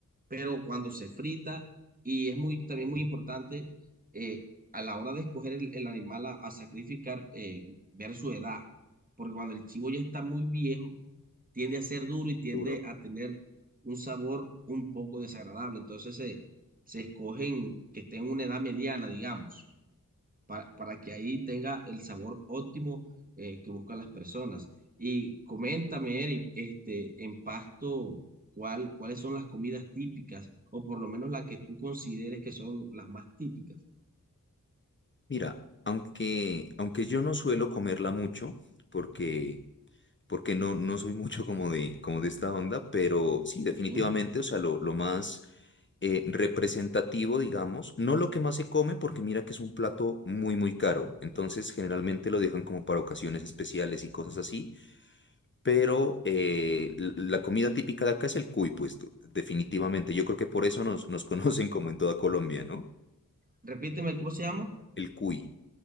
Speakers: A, on the right; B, on the left.
A: pero cuando se frita, y es muy, también muy importante eh, a la hora de escoger el, el animal a, a sacrificar, eh, ver su edad, porque cuando el chivo ya está muy viejo, tiende a ser duro y tiende
B: Duro.
A: a tener un sabor un poco desagradable, entonces se, se escogen que estén en una edad mediana, digamos pa- para que ahí tenga el sabor óptimo eh, que buscan las personas. Y coméntame, Eric, este, en Pasto, ¿cuál, cuáles son las comidas típicas o por lo menos las que tú consideres que son las más típicas?
B: Mira, aunque, aunque yo no suelo comerla mucho porque, porque no, no soy mucho como de, como de esta onda, pero sí, definitivamente,
A: ¿Sí?
B: o sea, lo, lo más eh, representativo, digamos, no lo que más se come porque mira que es un plato muy, muy caro. Entonces, generalmente lo dejan como para ocasiones especiales y cosas así pero eh, l- la comida típica de acá es el cuy, pues de- definitivamente. Yo creo que por eso nos, nos <laughs> conocen como en toda Colombia, ¿no?
A: Repíteme, ¿cómo se llama?
B: El cuy.